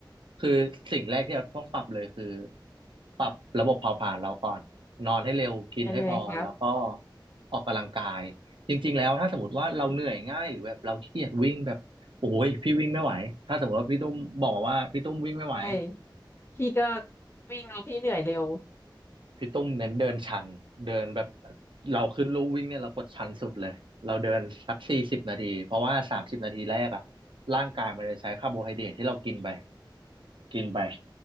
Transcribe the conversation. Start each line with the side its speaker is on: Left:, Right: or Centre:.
Right: คือสิ่งแรกที่เราต้องปรับเลยคือปรับระบบเผาผลาญเราก่อนนอนให้เร็วกินให้พอแล้วก็
Left: ยังไงคะ
Right: ออกกำลังกายจริงๆแล้วถ้าสมมติว่าเราเหนื่อยง่ายหรือแบบเราขี้เกียจวิ่งแบบโอ้ยพี่วิ่งไม่ไหวถ้าสมมติว่าพี่ตุ้มบอกมาว่าพี่ตุ้มวิ่งไม่ไหว
Left: ใช่พี่ก็วิ่งแล้วพี่เหนื่อยเร็ว
Right: พี่ตุ้มเน้นเดินชันเดินแบบเราขึ้นลู่วิ่งเนี่ยเรากดชันสุดเลยเราเดินสักสี่สิบนาทีเพราะว่าสามสิบนาทีแรกอะร่างกายมันจะใช้คาร์โบไฮเดรตที่เรากินไปกินไป